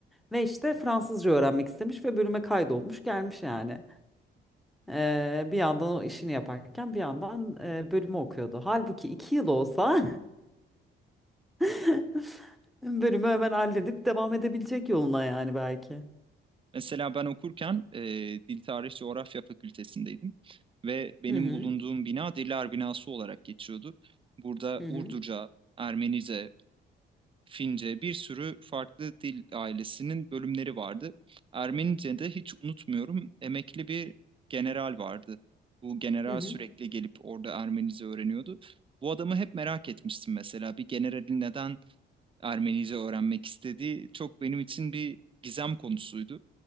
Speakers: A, in the centre; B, on the right.
A: Ve işte Fransızca öğrenmek istemiş ve bölüme kaydolmuş gelmiş yani. Ee, bir yandan o işini yaparken bir yandan e, bölümü okuyordu. Halbuki iki yıl olsa <laughs> bölümü hemen halledip devam edebilecek yoluna yani belki.
B: Mesela ben okurken e, Dil Tarih Coğrafya Fakültesindeydim ve benim
A: Hı hı
B: bulunduğum bina Diller Binası olarak geçiyordu. Burada
A: hı
B: Urduca,
A: hı
B: Ermenice, Fince, bir sürü farklı dil ailesinin bölümleri vardı. Ermenice'de hiç unutmuyorum emekli bir general vardı. Bu general
A: hı hı.
B: sürekli gelip orada Ermenice öğreniyordu. Bu adamı hep merak etmiştim mesela. Bir generalin neden Ermenice öğrenmek istediği çok benim için bir gizem konusuydu.